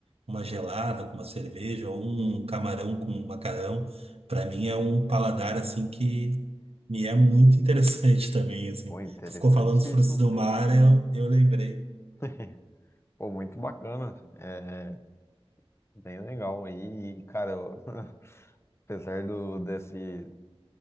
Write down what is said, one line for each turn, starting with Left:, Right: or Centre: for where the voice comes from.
Right: uma gelada com uma cerveja ou um camarão com um macarrão, para mim é um paladar assim que me é muito interessante <laughs> também, assim.
Left: pô, interessantíssimo,
Right: Tu ficou falando dos frutos do
Left: cara.
Right: mar, eu, eu lembrei.
Left: <laughs> Pô, muito bacana. É bem legal aí, e, cara. eu- <laughs> Apesar do, desse